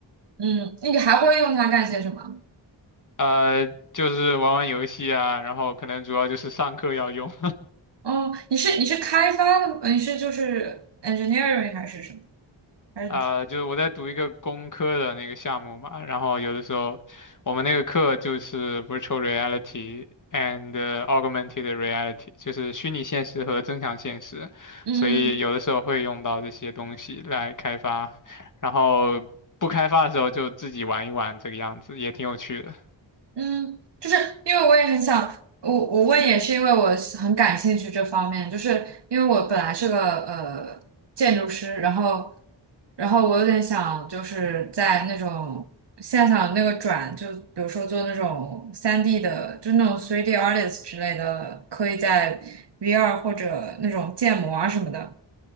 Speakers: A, on the right; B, on the left.
A: 嗯，你还会用它干些什么？
B: 呃，就是玩玩游戏啊，然后可能主要就是上课要用。
A: 哦，你是你是开发的吗？呃你是就是 engineering 还是什么？还是
B: 啊、就是我在读一个工科的那个项目嘛，然后有的时候我们那个课就是 virtual reality and augmented reality，就是虚拟现实和增强现实，
A: 嗯
B: 所以有的时候会用到这些东西来开发，然后不开发的时候就自己玩一玩这个样子，也挺有趣的。
A: 嗯，就是因为我也很想，我我问也是因为我是很感兴趣这方面，就是因为我本来是个呃建筑师，然后然后我有点想就是在那种现在想那个转，就比如说做那种三 d 的，就那种 3D artist 之类的，可以在 VR 或者那种建模啊什么的，